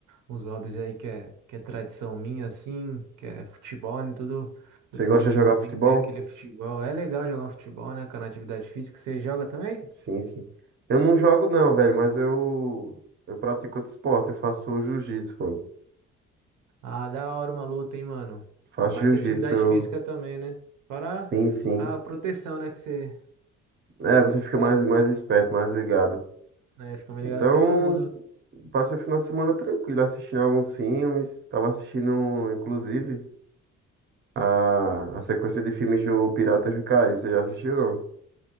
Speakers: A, on the right; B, on the right.
A: uns hobbies aí que é, que é tradição minha, assim, que é futebol, né? Tudo
B: Você
A: no final
B: gosta
A: de
B: de
A: semana
B: jogar
A: tem
B: futebol?
A: que ter aquele futebol. É legal jogar um futebol, né, cara? Atividade física. Você joga também?
B: Sim, sim. Eu não jogo não, velho, mas eu eu pratico outro esporte. Eu faço jiu-jitsu, mano.
A: Ah, da hora uma luta, hein, mano?
B: Faço
A: Uma baita
B: jiu-jitsu.
A: atividade
B: eu-
A: física também, né? Para
B: Sim, sim.
A: a proteção, né? Que você,
B: É, você
A: você fica
B: fica mais mais esperto, mais ligado.
A: né? Fica mais
B: Então,
A: ligado que todo mundo.
B: passei o final de semana tranquilo, assistindo alguns filmes. Tava assistindo, inclusive. A, a sequência de filmes do Piratas do Caribe, você já assistiu, não?